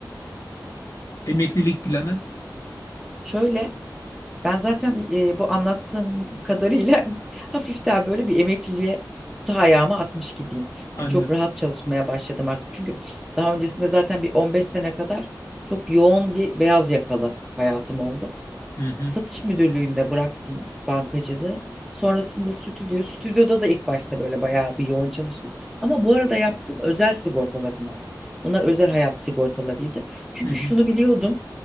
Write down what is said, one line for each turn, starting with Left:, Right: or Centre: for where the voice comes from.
Left: emeklilik planın?
Centre: şöyle Ben zaten e, bu anlattığım kadarıyla <laughs> hafiften böyle bir emekliliğe sağ ayağımı atmış gibiyim.
Left: Anladım.
Centre: Yani çok rahat çalışmaya başladım artık. Çünkü daha öncesinde zaten bir 15 sene kadar çok yoğun bir beyaz yakalı hayatım oldu
Left: Hı hı.
Centre: satış müdürlüğünde bıraktım bankacılığı. Sonrasında stüdyo, stüdyoda da ilk başta böyle bayağı bir yoğun çalıştım. Ama bu arada yaptığım özel sigortalarım vardı. Bunlar özel hayat sigortalarıydı. Çünkü
Left: Hı hı.
Centre: şunu biliyordum,